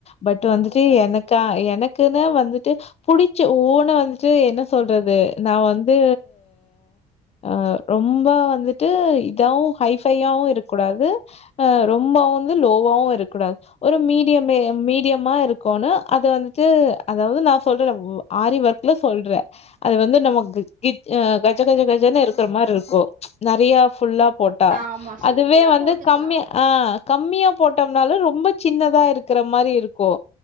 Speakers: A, on the left; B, on the right.
A: பட் வந்துட்டு எனக்கா எனக்குனு வந்துட்டு புடிச்ச ஓன்னு வந்துட்டு என்ன சொல்றது நான் வந்து அ ரொம்ப வந்துட்டு இதாவு ஹைஃபையாவு இருக்கூடாது அ ரொம்பா வந்து லோவாவு இருக்கூடாது ஒரு மீடியமே மீடியமா இருக்குனு அது வந்துட்டு அதாவ்து நான் சொல்லுறமு ஆரி ஒர்க்ல சொல்ற அது வந்து நமக்கு கிச் அ கச்ச கஜ க ஜன் இருக்கிற மாருக்கு நெறையா ஃபுல்லா போட்டா
B: ஆமாம் சிம்பிளாக
A: அதுவே வந்து
B: போட்டுக்கலாம்
A: கம்மி ஆ கம்மியா போட்டோம்னாலு ரொம்ப சின்னதா இருக்கிற மாரி இருக்கு